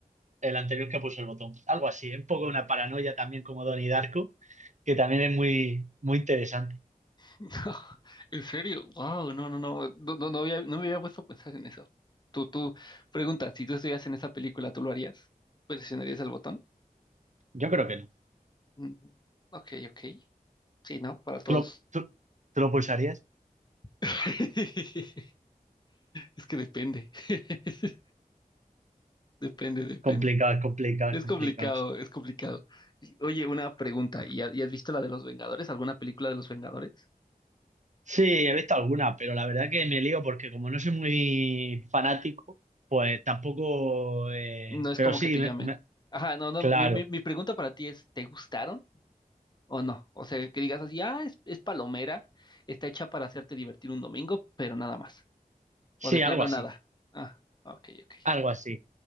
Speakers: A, on the right (about 55°); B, on the left (about 30°).
A: el anterior que puso el botón. Algo así, es un poco una paranoia también como Donnie Darko, que también es muy, muy interesante.
B: <laughs> ¿En serio? Wow. No, no, no. No, no, no había, no me había puesto a pensar en eso. Tú, tú, pregunta, si tú estuvieras en esa película, ¿tú lo harías? ¿Presionarías el botón?
A: Yo creo que no.
B: Mm, Ok, ok. Sí, ¿no? Para todos.
A: ¿Tú lo, tú- tú lo pulsarías?
B: <laughs> Es que depende. <laughs> Depende, depende.
A: Complicado, complicado,
B: Es
A: complicado,
B: complicado,
A: sí.
B: es complicado. Y, Oye, una pregunta. ¿Y ha- y has visto la de los Vengadores? ¿Alguna película de los Vengadores?
A: Sí, he visto algunas, pero la verdad que me lío porque como no soy muy fanático, pues tampoco... eh,
B: no es
A: pero
B: como
A: sí,
B: que te
A: me-
B: llamen.
A: me-
B: Ajá, no, no,
A: claro.
B: mi, mi, mi pregunta para ti es, ¿te gustaron o no? O sea, que digas así, ah, es, es palomera, está hecha para hacerte divertir un domingo, pero nada más.
A: Sí,
B: O de plano
A: algo así.
B: nada. Ah, ok, ok.
A: Algo así.